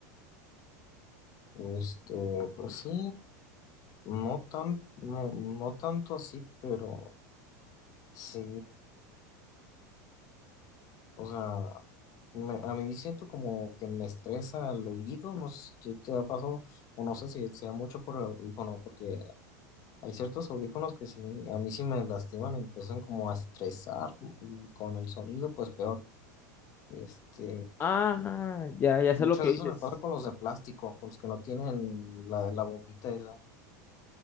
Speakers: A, on the left (about 40°); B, on the left (about 20°).
A: Este, pues sí, no tan, no, no tanto así, pero sí. O sea, me- a mí siento como que me estresa el oído, no sé si qué te ha pasado, o no sé si sea mucho por el audífono, porque hay ciertos audífonos que sí, a mí sí me lastiman, empiezan como a estresar y con el sonido pues peor. Este,
B: Ah, ya, ya sé
A: muchas
B: lo que dices.
A: veces me pasa con los de plástico, con los que no tienen la, la bombita esa.